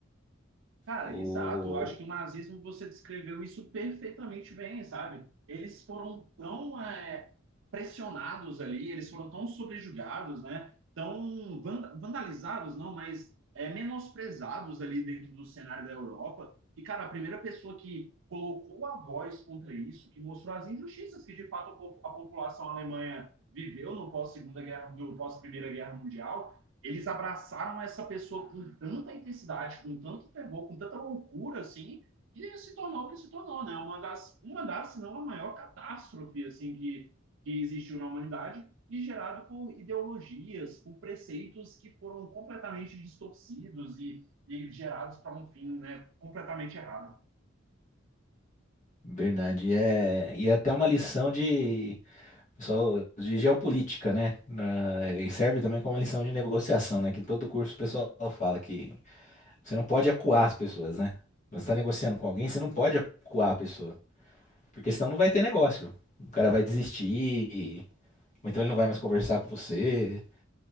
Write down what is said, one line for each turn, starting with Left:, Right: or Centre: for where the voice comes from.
Right: Cara,
Left: O
Right: exato. Eu acho que o nazismo você descreveu isso perfeitamente bem, sabe? Eles foram tão é, pressionados ali, eles foram tão subjugados, né? Tão van- vandalizados, não, mas é, menosprezados ali dentro do cenário da Europa. E, cara, a primeira pessoa que colocou a voz contra isso, que mostrou as injustiças que de fato a po- a população alemã viveu no pós-segunda guerra, no pós-primeira guerra mundial eles abraçaram essa pessoa com tanta intensidade, com tanto fervor, com tanta loucura, assim, que se tornou o que se tornou, né? Uma das, uma das se não a maior catástrofe, assim, que, que existiu na humanidade e gerado por ideologias, por preceitos que foram completamente distorcidos e, e gerados para um fim, né, completamente errado.
Left: Bernard é e é até uma lição de pessoal de geopolítica, né? Na- E serve também como lição de negociação, né? Que em todo curso o pessoal fala que você não pode acuar as pessoas, né? Quando você está negociando com alguém, você não pode acuar a pessoa, porque senão não vai ter negócio. O cara vai desistir, ou então ele não vai mais conversar com você.